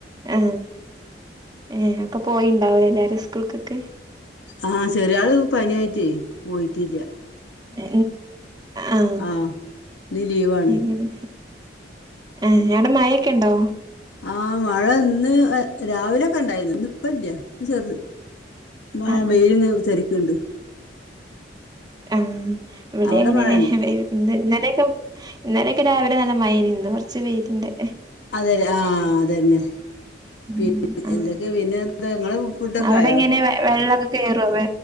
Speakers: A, on the right; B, on the left.
A: ആ ഏ ഒക്കെ പോയിണ്ടാവ എല്ലാരും സ്കൂൾക്കൊക്കെ
B: ആഹ ചെറിയ ആള് പനി ആയിട്ടേ പോയിട്ടില്ല
A: എ ആഹ
B: ആ ഇന്ന് ലീവാണ്
A: എങ്ങനെ ആ ഞടെ മായൊക്കെ ഉണ്ടോ
B: ആ മഴ ഇന്ന് രാവിലെക്കെ ഉണ്ടായിരുന്നു ഇന്ന് ഇപ്പ ഇല്ല ഇപ്പ ചെറുത് ആ
A: ആഹ്
B: വെയില രക്കുണ്ട്
A: ആ ഇവിടെ
B: അവിടെ
A: അങ്ങനെന്നെ
B: മഴ
A: ഇന്നലൊക്കെ ഇന്നലെയൊക്കെ രാവിലെ നല്ല മൈനി ഇന്ന് കുറച്ച് പേരുന്റെ
B: അതെ ആഹ അതന്നെ
A: ഉം
B: പിന്ന
A: ആഹ്
B: എന്തൊക്കെയ പിന്നെ എന്താ നിങ്ങള് ഫുഡൊക്കെ
A: അവിടെ
B: ആയോ
A: എങ്ങനെ വെള്ളൊക്കെ കേറോ